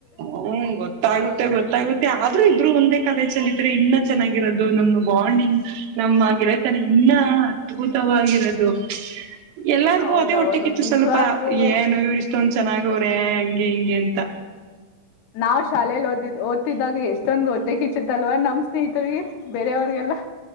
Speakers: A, on the right (about 90°); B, on the left (about 80°).
A: ಹ್ಮ ಗೊತ್ತಾಗುತ್ತೆ ಗೊತ್ತಾಗುತ್ತೆ ಆದ್ರೂ ಇಬ್ರು ಒಂದೇ ಕಲೆ ಚಲಿದ್ರೆ ಇನ್ನ ಚೆನ್ನಾಗಿರೋದು ನಮ್ ಬಾಂಡಿಂಗ್ ನಮ್ಮ ಗೆಳೆತನ ಇನ್ನ ಅದ್ಭುತವಾಗಿರೋದು ಎಲ್ಲಾರ್ಗೂ
B: ಹೌದೌದು
A: ಅದೇ ಹೊಟ್ಟೆಕ್ಕಿತ್ತು
B: ನಿಜವಾಗ್ಲೂ
A: ಸ್ವಲ್ಪ ಏನೋ ಇವ್ರ ಇಷ್ಟೊಂದ ಚೆನ್ನಾಗವ್ರೆ ಹಂಗೆ ಹಿಂಗೆ ಅಂತ
B: ನಾವ್ ಶಾಲೇೆಯಲ್ಲಿ ಓದಿದ್ದ್ ಓದ್ತಿದ್ದಾಗ ಎಷ್ಟೊಂದು ಓ ಇಚ್ಚತ್ತಲ್ವ ನಮ್ ಸ್ನೇಹಿತರಿ ಬೇರೆವ್ರಿಗೆಲ್ಲಾ